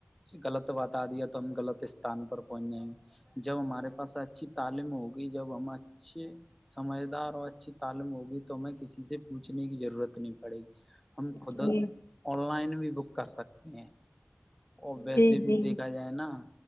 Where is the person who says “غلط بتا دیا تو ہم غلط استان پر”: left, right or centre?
Centre